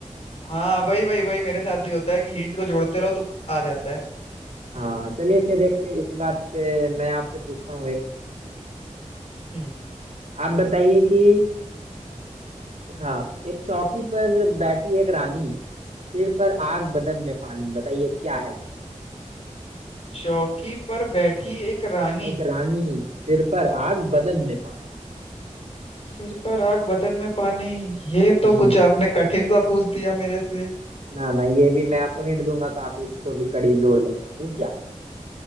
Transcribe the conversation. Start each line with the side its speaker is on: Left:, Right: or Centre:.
Left: हाँ वही वही वही मेरे साथ भी होता है कि हिंट को जोड़ते रहो तो आ जाता है
Right: हाँ चलिए फिर एक इसी बात पे मैं आपसे पूछता हूँ एक
Left: हम्म
Right: आप बताइए कि हाँ एक चौकी पर बैठी एक रानी सिर पर आग बदन में पानी बताइए क्या है वो
Left: चौकी पर बैठी एक रानी
Right: एक रानी सिर पर आग बदन में पानी
Left: सिर पर आग बदन में पानी ये तो
Right: जी
Left: कुछ आपने कठिन सा पूछ दिया मेरे से
Right: ना ना ये भी मैं आपको हिंट दूंगा तो आप इसको भी कड़ी जोड़ लेंगे दूं क्या